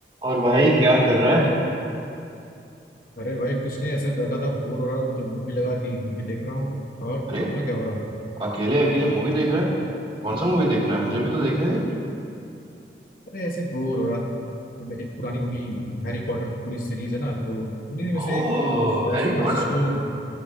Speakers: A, on the right; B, on the left.
A: और भाई क्या कर रहा है
B: अरे भाई कुछ नहीं ऐसे बैठा था बोर हो रहा था तो मूवी लगा दी मूवी देख रहा हूँ और
A: अरे
B: अपना क्या हो रहा
A: अकेले अकेले मूवी देख रहा है कौन सा मूवी देख रहा है मुझे भी तो देखने दे
B: अरे ऐसे बोर हो रहा था तो मैं एक पुरानी मूवी हैरी पॉटर की पूरी सीरीज है ना तो उन्हीं में से
A: ओह
B: एक फिलोसफर्स
A: हैरी पॉटर
B: स्टोन